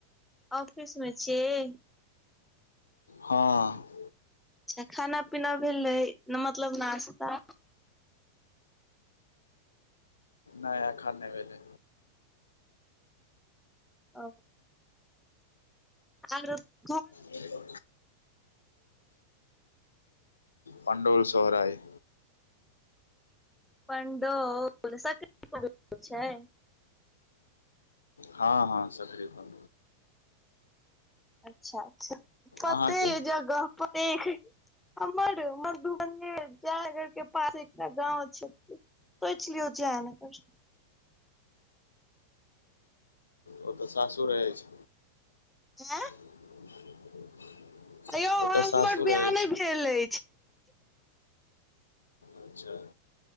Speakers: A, in the centre; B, on the left (about 75°).
A: ऑफिस मे छिय,
B: हँ।
A: अच्छ खाना पीना भेलै मतलब नाास्ता।
B: नय अखन नै भेले
A: ओ आ आ गरोद
B: हेलो। पण्डौल सोहरय
A: पणडोक सक री बहुत दूर छय।
B: हँ -हँ सकरी फ।
A: अच्छा -अच्छा कतेए
B: अहाँके
A: जगह पड़ देख हमर मधुबनी जेनगर के पास एकटा गाँव छै। सोइच लिऔ जेयनगर।
B: ओ तऽ सासूर अइछ
A: ऐं
B: <inaudible>
A: अयौ हमर
B: सासुर
A: ब्याह
B: अछि
A: नै भेल अईछ।
B: अच्छा